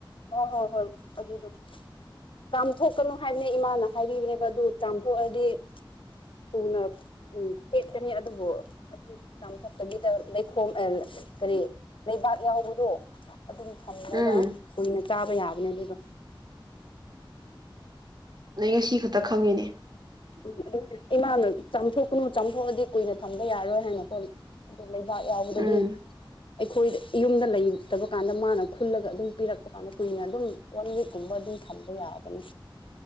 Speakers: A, on the left; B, on the right.
A: ꯍ‌ꯣ ꯍꯣꯏ ꯍꯣꯏ ꯑꯗꯨꯗ‌ꯣ ꯆꯥꯝꯊꯣꯛꯀꯅꯣ ꯍꯥꯏꯕꯅꯦ ꯏꯃꯥꯅ ꯍꯥꯏꯕꯤꯕꯅꯦꯕ ꯑꯗꯨ ꯆꯥꯝꯊꯣꯛꯑꯗꯤ ꯊꯨꯅ ꯎꯝ ꯄ‌ꯦꯠꯀꯅꯤ ꯑꯗꯨꯕꯨ ꯆꯥꯝꯊꯣꯛꯇꯕꯤꯗ ꯂꯩꯈꯣꯝ ꯑ ꯀꯔꯤ ꯂꯩꯕꯥꯛ ꯌꯥꯎꯕꯗꯣ ꯑꯗꯨꯝ ꯊꯝꯃꯒ
B: ꯎꯝ
A: ꯀꯨꯏꯅ ꯆꯥꯕ ꯌꯥꯕꯅꯦ ꯑꯗꯨꯗꯣ
B: ꯅꯣꯏ ꯉꯁꯤ ꯈꯛꯇ ꯈꯪꯉꯤꯅꯦ
A: ꯎꯝ ꯏꯃꯥꯅ ꯆꯥꯝꯊꯣꯛꯀꯅꯨ ꯆꯥꯝꯊꯣꯛꯑꯗꯤ ꯀꯨꯏꯅ ꯊꯝꯕ ꯌꯥꯔꯣꯏ ꯍꯥꯏꯅꯀꯣ ꯑꯗꯨ ꯂꯩꯕꯥꯛ ꯌꯥꯎꯕꯗ‌ꯣ
B: ꯎꯝ
A: ꯗꯨꯏ ꯑꯩꯈꯣꯏꯗ ꯌꯨꯝꯗ ꯂꯩꯇꯕ ꯀꯥꯟꯗ ꯃꯥꯅ ꯈꯨꯜꯂꯒ ꯑꯗꯨꯝ ꯄꯤꯔꯛꯄ ꯐꯅ ꯀꯨꯏꯅ ꯑꯗꯨꯝ ꯋꯥꯟ ꯋꯤꯛꯀꯨꯝꯕ ꯑꯗꯨꯝ ꯊꯝꯕ ꯌꯥꯕꯅꯤ